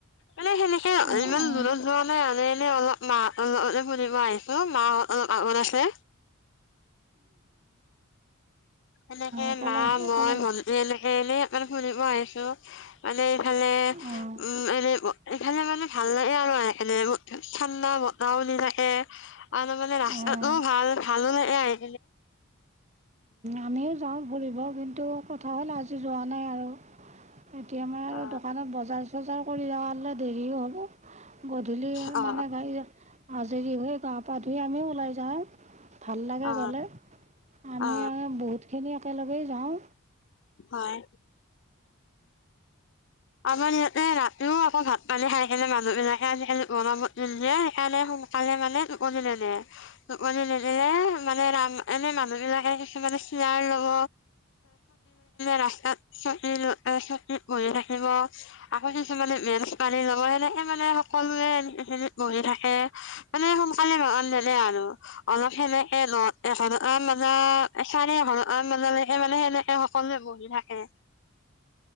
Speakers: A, on the left; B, on the right.
A: মানে সেনেকে
B: অঁ
A: ইমান
B: অঁ
A: দূৰত যোৱা নাই মান এনেই অলপ মা অল ফুব আহিছো মাহ অ মাৰ আছে সেনেকে
B: একেলগ
A: মা মই
B: একেলগ
A: এনে মানে শুনিব আহিছো মানে এইফালে
B: অঁ
A: উ এনে এইফালে মানে ভাল ভাল লাগে আৰু সনে ঠাণ্ডা বতাও নিলাকে আৰু মানে ৰাস্তাতো
B: অঁ
A: ভাল ভালো লাগে আহি
B: আমিও যাওঁ ফুৰিব কিন্তু কথা হ'ল আজি যোৱা নাই আৰু এতিয়া মই আৰু
A: অ
B: দোকানত বজাৰ চজাৰ কৰি যালে দেৰিও হ'ব গধূলি
A: অ
B: মানে গাড় আাজৰি হৈ গা পা ধুই আমিও ওলাই যাওঁ ভাল লাগে
A: অ
B: গ'লে আমি
A: অ অ
B: আৰু খিনি একেলগেই যাওঁ
A: হয় আমাৰ ইয়াতে ৰাতিও আকৌ ভাত পানী খাই খেে মানুহ বিলাকে আ বনাব যে সেইকাৰণে কালে মানে কিলে ন মানেদে মানে ৰাম এনে মানুহ বিলাকে কিছুমানে সাৰ লব ৰাসা বজ আকৌ কিছুমানে মেছ পানী লব সেনেকে মানে সকলোে বহি থাকে মানে সোনকালে ভান দে আৰু অলপ সেনেকে ন এঘ মানে চাৰে মানে মানে সেনেকে সকলোৱে বহি থাকে